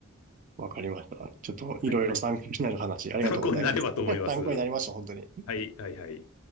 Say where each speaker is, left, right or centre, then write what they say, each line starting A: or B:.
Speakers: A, on the right; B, on the left.
A: わかりました。ちょっと、
B: はい。
A: いろいろ参考になる話、ありがとうございます。
B: 参考になればと思います。
A: <laughs> 参考になりました、本当に。
B: はい、はい、はい。